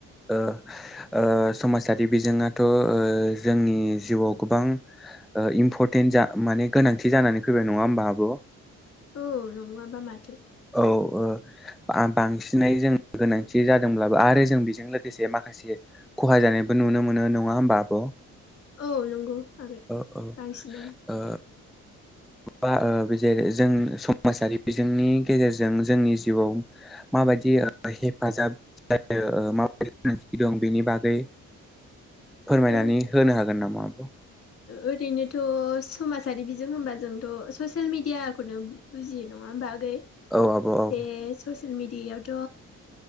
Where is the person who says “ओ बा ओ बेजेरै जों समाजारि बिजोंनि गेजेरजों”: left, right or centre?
Centre